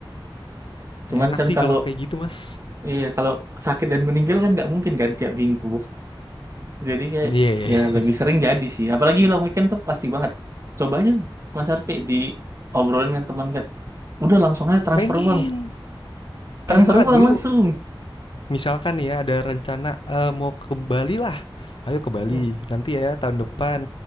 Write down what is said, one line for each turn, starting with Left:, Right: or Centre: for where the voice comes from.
Right: cuman
Left: Enak
Right: kan
Left: sih
Right: kalau
Left: kalau kayak gitu, Mas.
Right: iya kalau sakit dan meninggal kan nggak mungkin kan tiap minggu jadi kayak
Left: Iya, iya,
Right: ya
Left: iya.
Right: lebih
Left: <laughs> Bener.
Right: sering jadi sih apalagi long weekend tuh pasti banget coba aja Mas Arpi di obrolin dengan teman kayak udah langsung aja transfer
Left: Pengen.
Right: uang
Left: Pengen
Right: transfer
Left: banget
Right: uang
Left: dulu
Right: langsung
Left: Misalkan nih ya ada rencana, eee, mau ke Bali lah, ayo ke Bali
Right: Hmm.
Left: nanti ya tahun depan,